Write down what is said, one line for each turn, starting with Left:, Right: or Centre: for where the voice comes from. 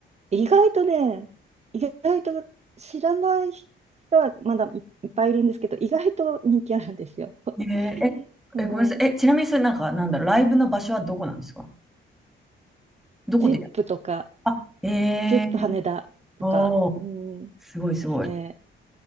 Right: 意外とね、意外と知らない人はまだい、いっぱいいるんですけど、意外と人気あるんですよ。<laughs>
Centre: えーえ、
Right: あの、
Centre: え、ごめんなさい。え、ちなみにそれなんか、なんだろう、ライブの場所はどこなんですかどこでやる
Right: ゼップとか、
Centre: あ、えー、
Right: ゼップ羽田とか、
Centre: おー、
Right: うん、
Centre: すごいすごい。
Right: ですね。